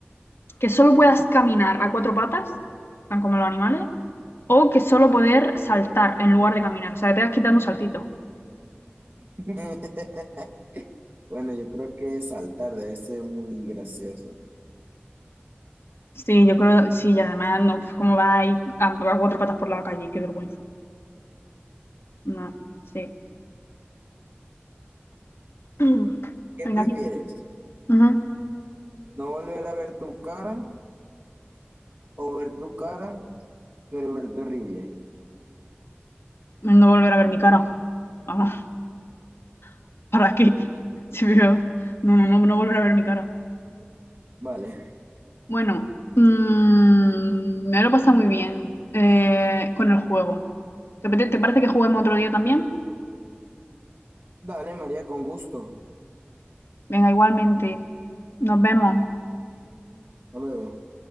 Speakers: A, on the left; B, on the right.
A: ¿Que solo puedas caminar a cuatro patas, tan como los animales? O que solo poder saltar en lugar de caminar. O sea, que te vas quitando un saltito.
B: <laughs> Bueno, yo creo que saltar debe ser muy gracioso.
A: Sí, yo creo, sí, y además, no, ¿cómo va ahí a, a cuatro patas por la calle? Qué vergüenza. No, sí. <clears throat>
B: ¿Qué
A: Venga,
B: prefieres?
A: aquí. Ujú.
B: ¿No volver a ver tu cara o ver tu cara, pero verte horrible?
A: No volver a ver mi cara. Vamos, <laughs> ¿para qué? Sí, pero no, no, no, no volver a ver mi cara.
B: Vale.
A: Bueno, mm, me lo he pasado muy bien eh, con el juego. ¿Te, apete- te parece que juguemos otro día también?
B: Dale, María, con gusto.
A: Venga, igualmente. Nos vemos.
B: Hasta luego.